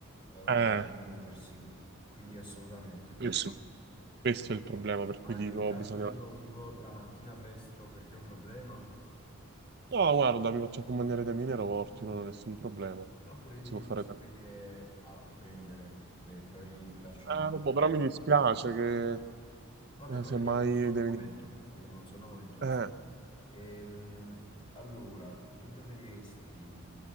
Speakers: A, on the left; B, on the right.
A: eh,
B: Eh,
A: muoversi, quindi assolutamente.
B: questo, questo è il problema, per
A: Ma
B: cui dico,
A: nel caso
B: bisogna...
A: io la trovo tipo la mattina presto, per te è un problema?
B: No, guarda, mi faccio accompagnare dai miei aeroporti, non ho nessun problema.
A: Ok, Oppure io ti
B: Si
A: io
B: può
A: ti
B: fare
A: posso
B: tanto.
A: anche venire a prendere e poi lascio la
B: Eh,
A: macchina
B: boh, però
A: nel
B: mi dispiace
A: parcheggio.
B: che
A: Vabbè,
B: eh,
A: poi
B: semmai
A: vediamo in un secondo
B: devi...
A: momento.
B: dire-
A: Vediamo in un secondo momento questo.
B: Eh,
A: Ehm, allora, tu preferiresti